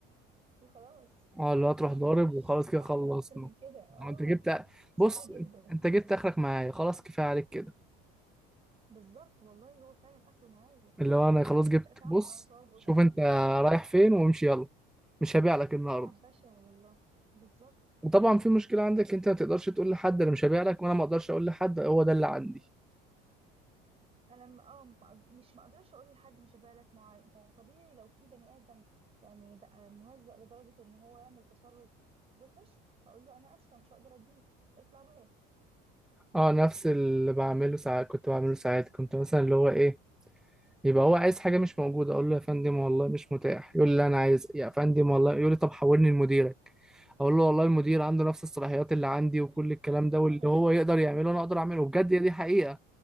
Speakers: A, on the right; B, in the centre.
A: وخلاص
B: اه لا تروح
A: ما
B: ضارب
A: اقدرش
B: وخلاص
A: استحمل
B: كده خلصنا
A: اكتر من كده اه
B: انت جبت
A: صعب
B: بص
A: جدا
B: انت جبت اخرك معايا خلاص كفايه عليك كده
A: بالظبط والله هو فعلا اخره معايا
B: اللي هو انا خلاص
A: إيه
B: جبت
A: تعب
B: بص
A: اعصاب وتعب
B: شوف انت
A: اه
B: رايح
A: لا
B: فين
A: لا
B: وامشي يلا مش هبيع لك النهارده
A: تعب بشع والله بالظبط
B: وطبعا في مشكله عندك انت ما تقدرش تقول لحد انا مش هبيع لك وانا ما اقدرش اقول لحد هو ده اللي عندي
A: انا م... اه ما- مش ما اقدرش اقول لحد مش بالك مع ما هو طبيعي لو في بني ادم يعني بقى مهزأ لدرجة ان هو يعمل تصرف وحش هقول له انا اسفة مش هقدر اديك اطلع بره
B: اه نفس اللي بعمله ساعات كنت بعمله ساعات كنت مثلا اللي هو ايه يبقى هو عايز حاجة مش موجودة اقول له يا فندم والله مش متاح يقول لي لا انا عايز يا فندم والله يقول لي طب حولني لمديرك اقول له والله المدير عنده نفس الصلاحيات اللي عندي وكل الكلام ده
A: <laughs>
B: واللي هو يقدر يعمله انا اقدر اعمله بجد هي دي حقيقة